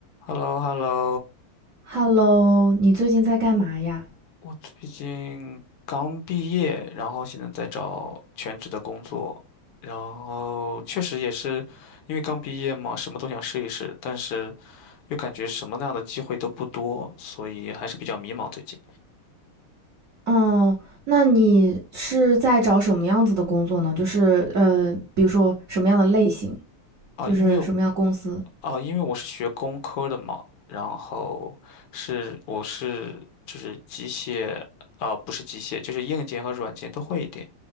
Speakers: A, on the left (about 85°); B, on the right (about 50°).
A: h e l l o h e l l o
B: Hello，你最近在干嘛呀？
A: 我最近刚毕业，然后现在在找全职的工作，然后确实也是因为刚毕业嘛，什么都想试一试，但是又感觉什么样的机会都不多，所以还是比较迷茫最近
B: 哦，那你是在找什么样子的工作呢？就是呃，比如说什么样的类型，
A: 啊。
B: 就是什么样的公司？
A: 因为啊，因为我是学工科的嘛，然后是我是就是机械，啊，不是机械，就是硬件和软件都会一点，